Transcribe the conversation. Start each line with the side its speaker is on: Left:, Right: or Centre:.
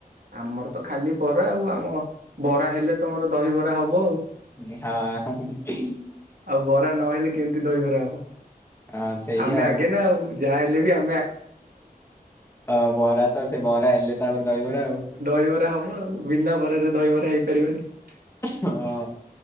Right: ଆମର ତ ଖାଲି ବରା ଆଉ ଆମ ବରା ହେଲେ ତମର ଦହିବରା ହବ ଆଉ।
Left: ହଁ
Right: ଆଉ ବରା ନହେଲେ କେମିତି ଦହିବରା ହବ
Left: ହଁ ସେଇଆ
Right: ଆମେ ଆଗେ ନା ଆଉ ଯାହା ହେ ହେଲେଵି ଆ
Left: ହଁ ବରା ତ ସେ ବରା ହେଲେ ତାପରେ ଦହିବରା ଆଉ।
Right: ଦହିବରା ହବ ଆଉ ବିନା ବରାରେ ଦହିବରା ହେଇପାରିବନି ।
Left: ହଁ